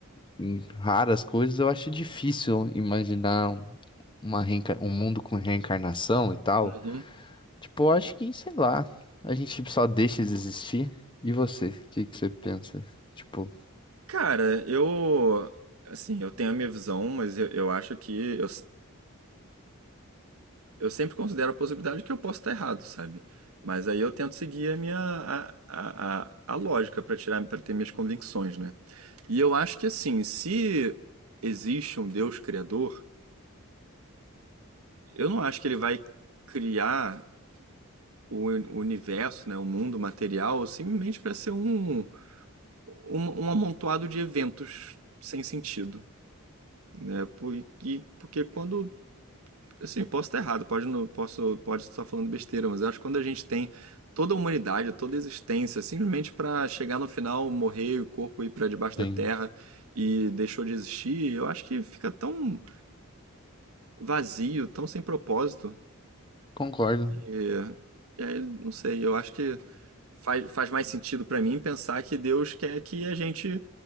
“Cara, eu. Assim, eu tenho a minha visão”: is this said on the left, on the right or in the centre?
Right